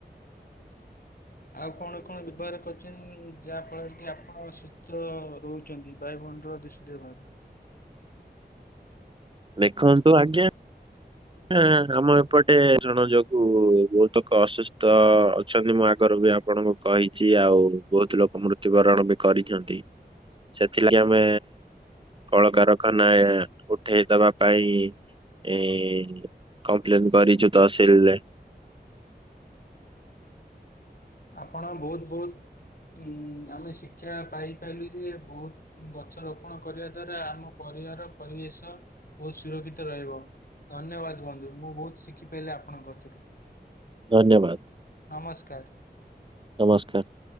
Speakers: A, on the left; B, on the right.
A: ଆଉ କଣ କଣ ବ୍ୟବହାର କର? ଯାହା ଫଳରେ କି ଆପଣ ଶୀସ୍ଥ ରହୁଛନ୍ତି ବାୟୁମଣ୍ଡଳ ଦୂଷିତ ହେବାର
B: ଦେଖନ୍ତୁ ଆଜ୍ଞା। ହଁ ଆମ ଏପଟେ ଜଣ ଯୋଗୁ ବହୁତ ଲୋକ ଅସୁସ୍ଥ ଅଛନ୍ତି ମୋ ଆଗରୁ ବି ଆପଣଙ୍କ କହିଛି ଆଉ ବହୁତ ଲୋକ ମୃତ୍ୟୁବରଣ ବି କରିଛନ୍ତି ସେଥିଲାଗି ଆମେ କଳକାରଖାନା ଉଠେଇ ଦବା ପାଇଁ ଏ କମ୍ପ୍ଲେନ୍ କରିଚୁ ତହସିଲରେ
A: ଆପଣ ବହୁତ ବହୁତ ଆମେ ଶିକ୍ଷା ପାଇପାରିଲୁ ଯେ ବହୁତ ଗଛ ରୋପଣ କରିବା ଦ୍ଵାରା ଆମ ପରିବାର ପରିବେଶ ବହୁତ ସୁରକ୍ଷିତ ରହିବ। ଧନ୍ୟବାଦ ବନ୍ଧୁ ମୁଁ ବହୁତ ଶିଖିପାରିଲି ଆପଣଙ୍କଥିରୁ।
B: ଧନ୍ୟବାଦ
A: ନମସ୍କାର।
B: ନମସ୍କାର।